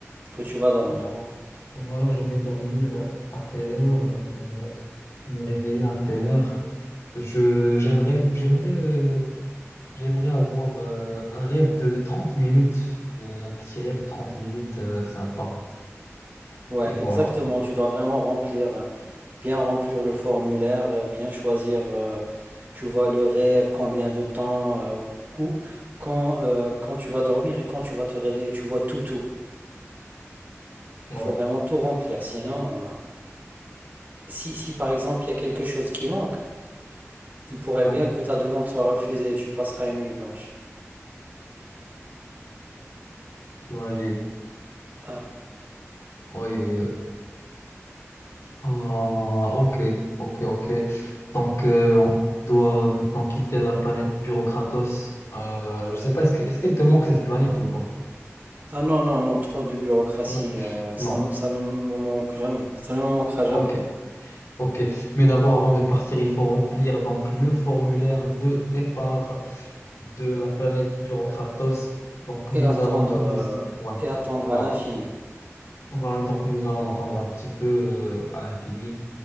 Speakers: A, on the right; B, on the left.
A: que tu vas dormir.
B: voilà, voilà, je vais dormir à telle heure, euh, me réveiller à telle heure. Je, j'aimerais, j'aimerais, euh, j'aimerais avoir euh, un rêve de, de 30 minutes, euh, un petit rêve de 30 minutes euh, sympa.
A: Ouais,
B: Et voilà.
A: exactement. Tu dois vraiment remplir, euh, bien remplir le formulaire, euh, bien choisir, euh, tu vois, le rêve, combien de temps, euh, où, quand, euh, quand tu vas dormir et quand tu vas te réveiller. Tu vois tout, tout. Il
B: Ouais,
A: faut vraiment tout remplir. Sinon, euh, si, si par exemple il y a quelque chose qui manque, il pourrait
B: ouais,
A: bien que ta demande soit refusée et tu passeras une nuit blanche.
B: t'imagines.
A: Ouais.
B: Oui, oui, oui. Ah, ok, ok, ok. Donc, euh, on doit maintenant quitter la planète Bureaucratos. Euh, je sais pas, est-ce que- est-ce qu'elle te manque cette planète ou pas?
A: Ah non, non, non, trop de bureaucratie,
B: Non,
A: euh, ça
B: non.
A: me, ça ne me manque jamais, ça ne me manquera jamais.
B: Ok, ok. Mais d'abord, avant de partir, il faut remplir donc le formulaire de départ de la planète Bureaucratos. Donc,
A: Et
B: nous
A: attendre,
B: avons comme
A: euh,
B: des... Ouais,
A: et attendre
B: voilà.
A: à l'infini.
B: Voilà, donc nous allons attendre un petit peu euh, à l'infini.